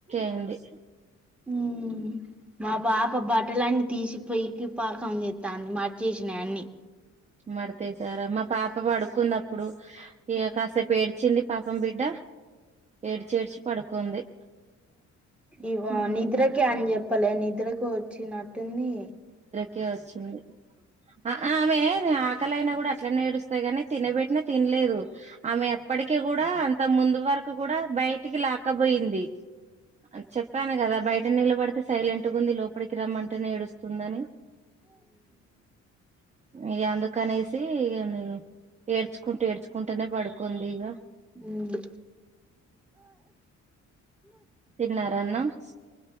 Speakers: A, on the right (about 25°); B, in the centre.
A: ఏందీ.
B: ఉమ్ మా. బాప బట్టలన్నీ తీసి పొయికి పాకం జెత్తాంది, మర్చేసిన అన్ని.
A: మడితేశారా, మా పాప పడుకుంది అప్పుడు, ఇగ కాసేపు ఏడ్చింది, పాపం బిడ్డ. ఏడ్చి ఏడ్చి, పడుకుంది.
B: ఇగొ
A: ఉమ్
B: నిద్రకె అని చెప్పలే, నిద్రకు. చ్చి నటుంది.
A: కె వచ్చింది అ ఆ ఆమె అ. పక్కలయినా కూడా అట్లానే ఎడుస్తాదీ గనీ, తినబెట్టినా తినలేదు. ఆమె ఎప్పటికిీ కూడా, అంత ముందు వర. కూడా బయటికి లాకపోయింది, అన్ చెప్పాను గదా బయట నిలబడితే సైలెం. కట్టుకుంది లోపడి. క్రమ్ అంటే ఏడుస్తుందని ఇ అందుకనేసీ. తి ఇగ నేను, ఏడ్చుకుంట ఏడ్చుకుంటేనే, పడుకోంది ఇగ.
B: ఉమ్.
A: తిన్నారాన్నామ్.